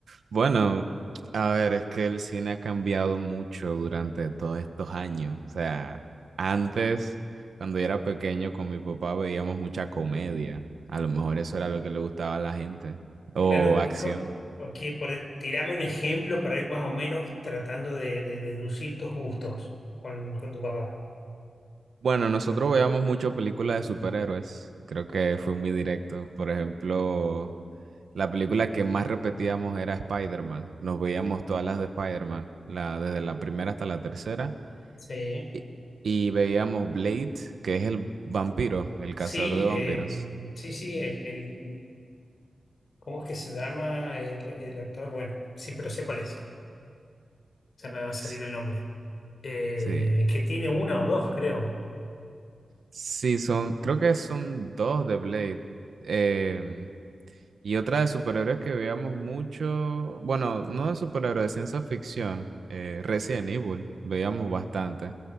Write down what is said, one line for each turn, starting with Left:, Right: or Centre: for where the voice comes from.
Right: Bueno, a ver, es que el cine ha cambiado mucho durante todos estos años. O sea, antes, cuando yo era pequeño con mi papá veíamos mucha comedia. A lo mejor eso era lo que le gustaba a la gente, o
Left: Claro,
Right: acción.
Left: eh, com- ok, por, e- tirame un ejemplo para ir más o menos tratando de, de deducir tus gustos con, con tu papá.
Right: Bueno, nosotros veíamos mucho películas de superhéroes. Creo que fui muy directo. Por ejemplo, La película que más repetíamos era Spider-Man. Nos veíamos todas las de Spider-Man, la, desde la primera hasta la tercera.
Left: Sí.
Right: Y, y veíamos Blade, que es el vampiro, el
Left: Sí,
Right: cazador de vampiros.
Left: eh, sí, sí, el, el- ¿cómo es que se llama el, el actor? Bueno, sí, pero sé cuál es. Ya me va a salir
Right: S-
Left: el nombre. Eh,
Right: Sí,
Left: que tiene una o dos, creo.
Right: sí, son, creo que son dos de Blade. Eh, y otra de superhéroes que veíamos mucho, bueno, no de superhéroes, de ciencia ficción, eh, Resident Evil, veíamos bastante,